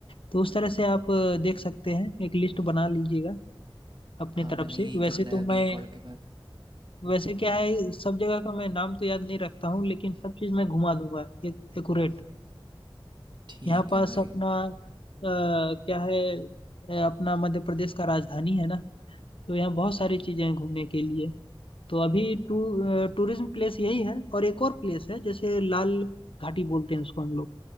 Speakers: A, on the left; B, on the right.
A: तो उस तरह से आप अ, देख सकते हैं एक लिस्ट बना लीजिएगा अपने
B: हाँ
A: तरफ
B: मैंने
A: से
B: यही
A: वैसे
B: करना है
A: तो
B: अभी
A: मैं
B: कॉल के बाद
A: वैसे क्या है सब जगह का मैं नाम तो याद नहीं रखता हूँ लेकिन सब चीज़ मैं घुमा दूंगा एक एक्यूरेट
B: ठीक
A: यहाँ पास
B: है भाई
A: अपना अ, क्या है अ, अपना मध्य प्रदेश का राजधानी है ना तो यहाँ बहुत सारी चीजें हैं घूमने के लिए तो अभी टू टूरिज्म प्लेस यही है और एक और प्लेस है जैसे लाल घाटी बोलते हैं उसको हम लोग